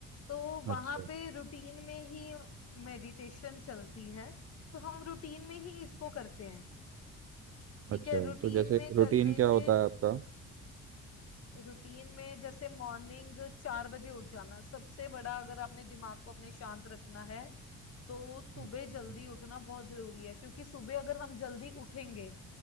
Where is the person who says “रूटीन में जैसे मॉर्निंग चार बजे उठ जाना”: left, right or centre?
Left